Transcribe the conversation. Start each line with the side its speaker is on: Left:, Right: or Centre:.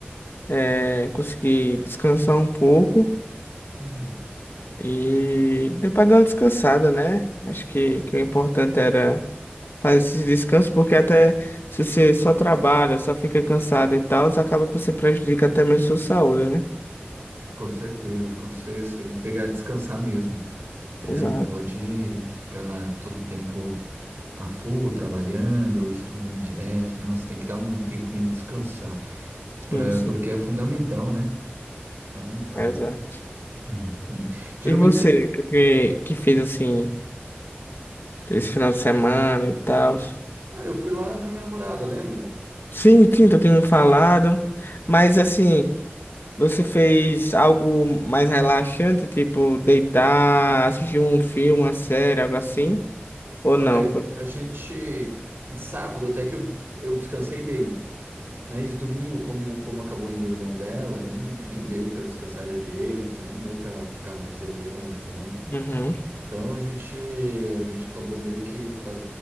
Left: É, consegui descansar um pouco
Right: Hum,
Left: e deu pra dar uma descansada, né? Acho que, que o importante era fazer esse descanso, porque até se você só trabalha, só fica cansado e tal, acaba que você prejudica até mesmo sua saúde, né?
Right: com certeza, com certeza. Tem que pegar e descansar mesmo. É,
Left: Exato.
Right: não pode ficar todo o tempo a full, trabalhando ou estudando direto. Não, você tem que dar um tempinho de descansar, pra,
Left: Sim, sim.
Right: porque é fundamental, né? É Fundamental.
Left: Exato.
Right: Uhum. Geralmente
Left: E você,
Right: você
Left: o que, que que fez assim esse final de semana e tal?
Right: Ah, eu fui lá na minha namorada, lembra?
Left: Sim, sim, tu tem me falado. Mas assim, você fez algo mais relaxante, tipo deitar, assistir um filme, uma série, algo assim? Ou
Right: Olha,
Left: não? Foi-
Right: a gente. de Sábado até que eu, eu descansei bem. Mas domingo, como, como acabou indo o irmão dela, nem, nem deu pra descansar direito, nem deu pra ficar mais eu e ela, entendeu?
Left: Uhum.
Right: Então a gente, a gente acabou meio que faz,